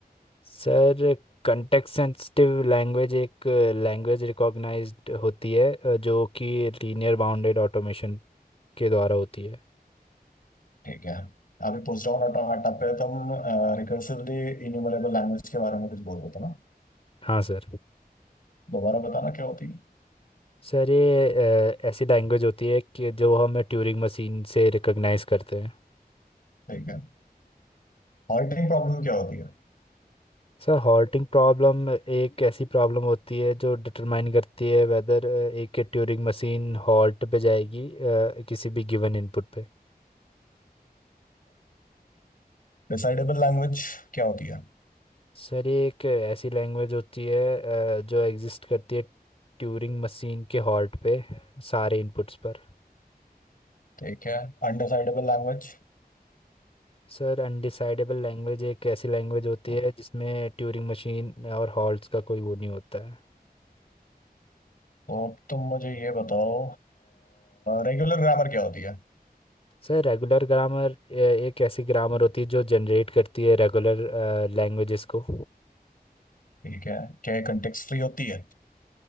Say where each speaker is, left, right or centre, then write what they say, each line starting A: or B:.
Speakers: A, on the left; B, on the left.
A: सर कंटेक्स्ट सेंसिटिव लैंग्वेज एक लैंग्वेज रिकॉग्नाइज्ड होती है अ, जो कि लीनियर बाउंडेड ऑटोमेशन के द्वारा होती है
B: ठीक है अभी पुश डाउन ऑटोमेटा पे तुम रिकर्सिवली इन्यूमरेबल लैंग्वेज के बारे में कुछ बोल रहे थे ना
A: हाँ सर
B: दोबारा बताना क्या होती है
A: सर ये अ, ऐसी लैंग्वेज होती है कि जो हम ट्यूरिंग मशीन से रिकॉग्नाइज करते हैं
B: ठीक है हॉल्टिंग प्रॉब्लम क्या होती है
A: सर हॉल्टिंग प्रॉब्लम एक ऐसी प्रॉब्लम होती है जो डिटरमाइन करती है वेदर एक ट्यूरिंग मशीन हॉल्ट पे जाएगी अ, किसी भी गिवन इनपुट पे
B: डिसाइडेबल लैंग्वेज क्या होती है
A: सर ये एक ऐसी लैंग्वेज होती है अ, जो एग्जिस्ट करती है ट्यूरिंग मशीन के हॉल्ट पे सारे इनपुट्स पर
B: ठीक है अनडिसाइडेबल लैंग्वेज
A: सर अनडिसाइडेबल लैंग्वेज एक ऐसी लैंग्वेज होती
B: तो
A: है जिसमें ट्यूरिंग मशीन और हॉल्ट्स का कोई वो नहीं होता है
B: अब तुम मुझे ये बताओ रेगुलर ग्रामर क्या होती है
A: सर रेगुलर ग्रामर एक ऐसी ग्रामर होती है जो जनरेट करती है रेगुलर लैंग्वेजेस को
B: ठीक है क्या ये कंटेक्स्ट फ्री होती है